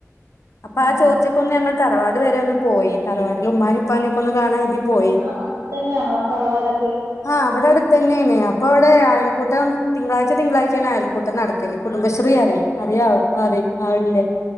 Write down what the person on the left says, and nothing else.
അപ്പൊ
ആ ചോർച്ചക്കൊന്ന്
ഞങ്ങ തറവാട് വരെ ഒന്ന് പോയി തറവാട്ടിൽ ഉമ്മാനിപ്പാനൊക്കൊന്ന് കാണാൻ പോയി
ആഹ് ഇവ്ടെ അട്ത്തന്നേണ് അപ്പവ്ടെ അയൽ കൂട്ടം തിങ്ക്ളാഴ്ച തിങ്ക്ളാഴ്ചെണ് അയൽക്കൂട്ടം നടക്കല് കുടുംബശ്രീയറിം, അറിയാവൊ? അറിം ആള്ല്ലേ